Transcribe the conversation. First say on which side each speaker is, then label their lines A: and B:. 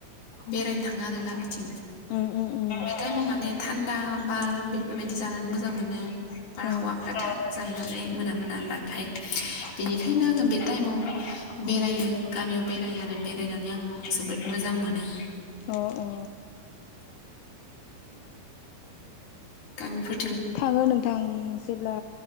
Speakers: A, on the left (about 45°); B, on the left (about 85°).
A: बेरायनो थाङो आरो गामिथिं
B: उम उम उम
A: एटाइमाव माने थान्दा बार बेफोरबायदि जानानै मोजां मोनो। बारहावाफ्रा
B: अ
A: थानदा जायो नालाय मोना मोना बाथ <unintelligible> बेखायनो आङो बे टाइमाव बेरायो गामियाव बेरायो आरो बेरायनानै आं जोबोद मोजां मोनो।
B: अ अ
A: गामि फो
B: थाङो नोंथां जेब्ला